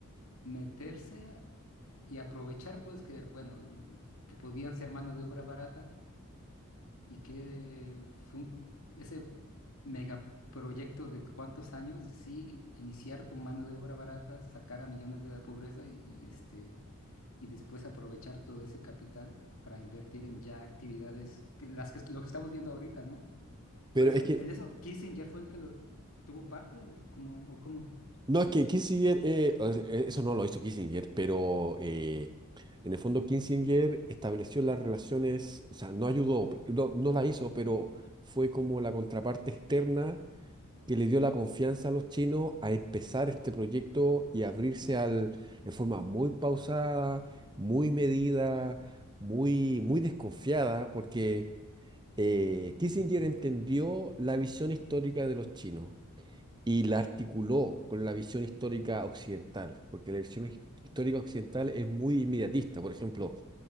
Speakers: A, on the left (about 70°); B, on the right (about 20°).
A: meterse a- y aprovechar, pues, que, bueno, l- que podían ser mano de obra barata y que fue un- ese megaproyecto de cuántos años, de sí, iniciar con mano de obra barata, sacar a millones de la pobreza y, este, y después aprovechar todo ese capital para invertir en ya actividades, que- las que, lo que estamos viendo ahorita, ¿no?
B: Pero
A: Pero eso,
B: es que
A: en eso, Kissinger fue el que lo tuvo parte, como, o cómo.
B: No, es que Kissinger, eh, o sea, eh, eso no lo hizo Kissinger, pero eh, en el fondo Kissinger estableció las relaciones, o sea, no ayudó, p- no, no la hizo, pero fue como la contraparte externa que le dio la confianza a los chinos a empezar este proyecto y abrirse al, en forma muy pausada, muy medida, muy, muy desconfiada, porque eh, Kissinger
A: Ujú,
B: entendió la visión histórica de los chinos y la articuló con la visión histórica occidental, porque la visión his- histórica occidental es muy inmediatista. Por ejemplo,